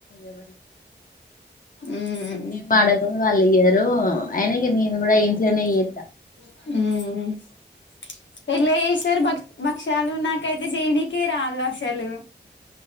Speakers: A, on the left; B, on the left.
A: మేం
B: ఉమ్
A: గాక వాళ్ళిద్దరూ ఇప్పుడు ఆయన ఇంకా నేను కూడా ఇంట్లోనే
B: హమ్
A: చేత్తా
B: ఎట్లా చేస్తారు భక్ష్యాలు నాకైతే చేయనికే రాలే అసలు